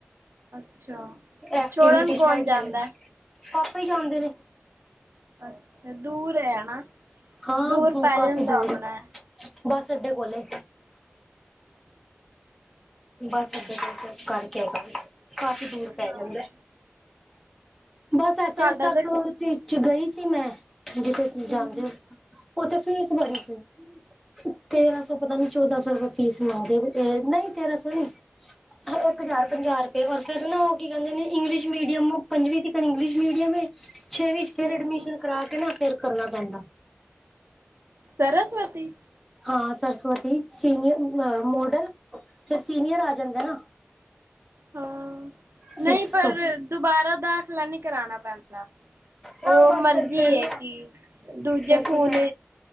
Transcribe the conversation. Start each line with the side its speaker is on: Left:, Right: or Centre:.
Right: ਅੱਛਾ
Centre: ਐਕਟੀਵਿਟੀਜ਼
Right: ਛੋੜਨ ਕੌਣ
Centre: ਰਹਿ
Right: ਜਾਂਦਾ।
Centre: ਗਈਆਂ ਨੇ ਪਾਪਾ ਹੀ ਜਾਂਦੇ ਨੇ
Right: ਅੱਛਾ ਦੂਰ ਆ ਨਾ।
Centre: ਹਾਂ
Right: ਦੂਰ ਪੈ
Centre: ਕਾਫੀ
Right: ਜਾਂਦਾ
Centre: ਦੂਰ
Right: ਹੋਣਾ
Centre: ਆ ਬਸ ਅੱਡੇ ਕੋਲ ਏ। ਬਸ ਅੱਡੇ ਕੋਲ ਕਰਕੇ ਜਾ ਕਾਫੀ ਦੂਰ
Right: ਹਾਂ
Centre: ਪੈ ਜਾਂਦਾ। ਬਸ ਇੱਥੇ
Right: ਸਾਡਾ
Centre: ਸਰਸਵਤੀ
Right: ਤਾਂ
Centre: ਚ ਗਈ ਸੀ ਮੈਂ, ਜਿੱਥੇ ਤੁ ਜਾਂਦੇ
Right: ਹੂੰ
Centre: ਹੋ। ਉੱਥੇ ਫੀਸ ਬੜੀ ਸੀ। ਤੇਰਾਂ ਸੌ ਪਤਾ ਨੀ ਚੌਦਾਂ ਸੌ ਰੁਪਏਆ ਫੀਸ ਮੰਗਦੇ ਨਹੀਂ ਤੇਰਾਂ ਸੌ ਇੱਕ ਹਜ਼ਾਰ ਪੰਜਾਹ ਰੁਪਏ ਔਰ ਫੇਰ ਨਾ ਉਹ ਕੀ ਕਹਿੰਦੇ ਨੇ ਇੰਗਲਿਸ਼ ਮੀਡੀਅਮ ਪੰਜਵੀ ਤਿਕਨ ਇੰਗਲਿਸ਼ ਮੀਡੀਅਮ ਏ। ਛੇਵ ਚ
Right: ਹੂੰ
Centre: ਫੇਰ ਐਡਮਿਸ਼ਨ ਕਰਾ ਕੇ ਨਾ ਫੇਰ ਕਰਨਾ ਪੈਂਦਾ।
Right: ਸਰਸਵਤੀ?
Centre: ਹਾਂ ਸਰਸਵਤੀ। ਸੀਨੀਅਰ ਮੋਡਲ ਫਿਰ ਸੀਨੀਅਰ ਆ ਜਾਂਦਾ ਨਾ।
Right: ਹਮ ਨਹੀਂ
Centre: ਸਿਕਸ
Right: ਪਰ
Centre: ਤੋਂ
Right: ਦੁਬਾਰਾ ਦਾਖਲਾ ਨਹੀਂ ਕਰਾਣਾ ਪੈਂਦਾ।
Centre: ਨਾ
Right: ਉਹ
Centre: ਬਸ
Right: ਮਰਜੀ
Centre: ਫਿਰ ਫਿਰ
Right: ਹੈ ਕਿ ਦੂਜੇ
Centre: ਫਿਰ
Right: ਫੋਨ
Centre: ਕੀ ਕਰ